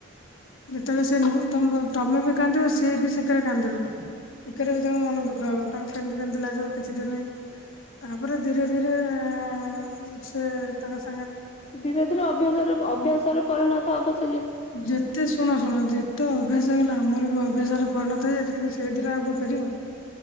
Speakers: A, on the left; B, on the left.
A: ଯେତେବେଳେ ସେଁନୁ ତମେ ବି କାନ୍ଦିବ ସିଏ ବି ସେକିରେ କାନ୍ଦିବ ସେଥିରେ ବି ତା ମନ ଦୁଖ। ଭାବ ତାଙ୍କୁ କେନ୍ତି କେନ୍ତି ଲାଗିବ କିଛି ଦିନି ତାପରେ ଧୀରେ ଧୀରେ ଏଁ ଅଁ ସେ ତାଙ୍କ ସ
B: ଧୀରେ ଧୀରେ ଅଭ୍ୟାସରେ ଅଭ୍ୟାସରେ ପରିଣତ ହବଶ
A: ଯେତେ ଶୁଣ ଶୁଣ ଯେତେ ଅଭ୍ୟାସ ହେଇଗଲା ଆମର ବି ଅଭ୍ୟାସ ରେ ପରିଣତ ହେଇଯାଇଚି କିନ୍ତୁ ଶ ସେ ଦିନ ଆଉ କଣ ଫେରିବ